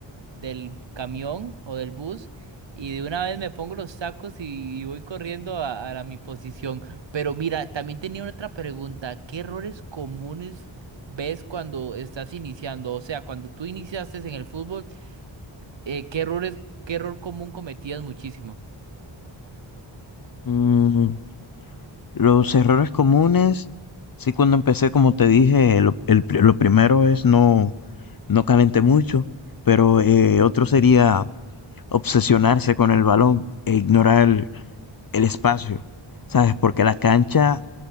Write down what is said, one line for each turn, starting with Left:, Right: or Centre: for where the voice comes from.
Right: del camión o del bus y de una vez me pongo los sacos y voy corriendo a, a la- mi posición. Pero mira, también tenía otra pregunta, ¿qué errores comunes ves cuando estás iniciando? O sea, cuando tú iniciaste en el fútbol... Eh, ¿qué errores, qué error común cometías muchísimo?
Left: Mm, los errores comunes, sí, cuando empecé, como te dije, lo, el pri- lo primero es no, no calenté mucho, pero eh, otro sería obsesionarse con el balón e ignorar el, el espacio, ¿sabes? Porque la cancha